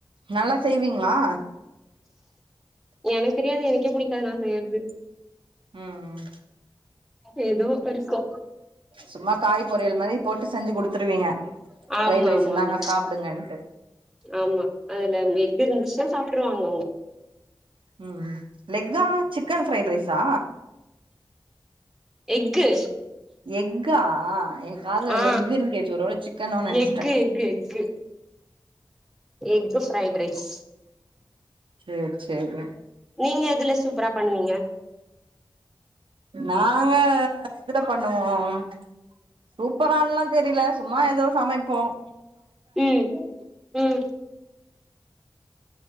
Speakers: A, on the right; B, in the centre.
A: நல்லா செய்வீங்களா
B: எனக்கு தெரியாது எனக்கே புடிக்காது நான் செய்யறது
A: உம்ஹ்
B: ஏதோ ஒரு ச
A: சும்மா காய் பொரியல் மாதிரி போட்டு செஞ்சு குடுத் குத்துருவீங்க பிரைட்
B: ஆமா
A: ரைஸ்
B: ஆமா
A: இந்தாங்க
B: ஆமா
A: சாப்பிடுங்கன்ட்டு
B: ஆமா அதுல எஃகு இருந்துச்சுன்னா சாப்ட்ருவாங்க அவங்க
A: உம் லெக்கா சிக்கன் பிரைட் ரைஸா
B: எக்கு
A: எக்கா ஆ என் காதுல
B: ஆ
A: லெக்குன்னு கேட்டுச்சு ஒருவேள சிக்கனோனு நினைச்சுட்டேன்
B: எக்கு egg egg egg fried rice
A: சேர் சேரிங்க
B: நீங்க எதுல சூப்பரா பண்ணுவீங்க
A: நாங்க இதுல பண்ணுவோம் சூப்பரா எல்லாம் தெரில சும்மா ஏதோ சமைப்போம்
B: ம் ம்